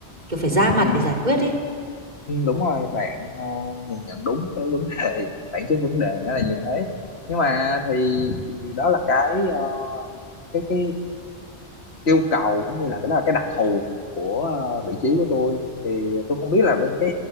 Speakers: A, on the right; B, on the left.
A: kiểu phải ra mặt
B: ừ,
A: để giải quyết ấy
B: ừ, đúng rồi bạn ờ, nhìn nhận đúng cái vấn đề bản chất vấn đề nó là như thế nhưng mà thì đó là cái ờ, cái cái yêu cầu cũng như là cái đó là cái đặc thù của ờ, vị trí của tôi thì tôi không biết là bên cái